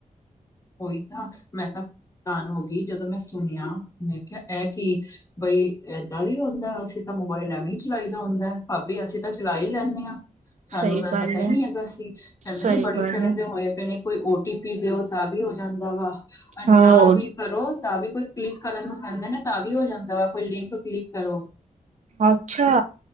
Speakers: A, on the left; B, on the right.
A: ਉਹੀ ਤਾਂ ਮੈਂ ਤਾਂ ਹੈਰਾਨ ਹੋ ਗਈ। ਜਦੋਂ ਮੈਂ ਸੁਣਿਆ, ਮੈਂ ਕਿਹਾ ਇਹ ਕਿ ਬਈ ਏਦਾਂ ਵੀ ਹੁੰਦਾ ਅਸੀ ਤਾਂ ਮੋਬਾਇਲ ਐਵੇ ਹੀ ਚਲਾਈਦਾ ਹੁੰਦਾ। ਭਾਬੀ ਅਸੀਂ ਤਾਂ ਚਲਾ ਹੀ ਲੈਣੇ ਆ। ਸਾਨੂੰ
B: ਸਹੀ
A: ਤਾਂ
B: ਗੱਲ
A: ਪਤਾ ਹੀ
B: ਹੈ
A: ਨਹੀ ਹੈਗਾ ਸੀ। ਕਹਿੰਦੇ
B: ਸਹੀ
A: ਨਾ ਬੜੇ
B: ਗੱਲ
A: ਤਰ੍ਹਾਂ
B: ਹੈ
A: ਦੇ ਹੋਏ ਪਏ ਨੇ ਕੋਈ ਓ ਟੀ ਪੀ ਦਿਓ। ਤਾਂ ਵੀ ਹੋ ਜਾਂਦਾ ਵਾ ਐਨਾ
B: ਹਾਂ
A: ਵੀ। ਕਰੋ ਤਾਂ ਵੀ ਕੋਈ ਕਲਿੱਕ ਕਰਨ ਨੂੰ ਪੈਦਾ ਨਾ ਤਾਂ ਵੀ ਹੋ ਜਾਂਦਾ ਵਾ ਕੋਈ ਲਿੰਕ ਕਲਿੱਕ। ਕਰੋ
B: ਅੱਛਾ।